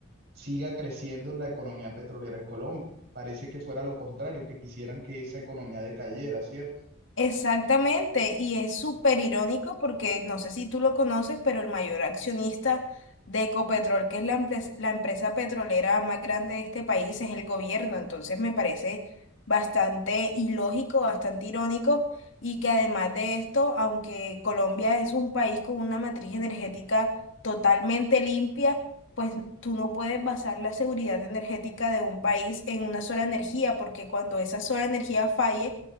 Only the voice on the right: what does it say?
siga creciendo la economía petrolera en Colombia. Parece que fuera lo contrario, que quisieran que esa economía decayera, ¿cierto?